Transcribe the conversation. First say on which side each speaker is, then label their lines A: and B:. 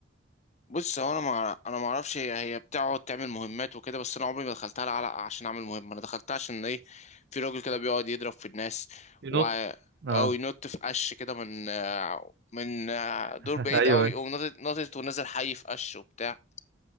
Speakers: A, on the left; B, on the right.
A: بص هو انا ما انا ما اعرفش هي هي بتقعد تعمل مهمات وكده بس انا عمري ما دخلتها على عشان اعمل مهمه انا دخلتها عشان ايه في راجل كده بيقعد يضرب في الناس
B: ينط
A: و
B: اه
A: او ينط في قش كده من آه، من آه،
B: <laughs>
A: دور بعيد
B: ايوه
A: قوي يقوم ناطط ناطط ونازل حي في قش وبتاع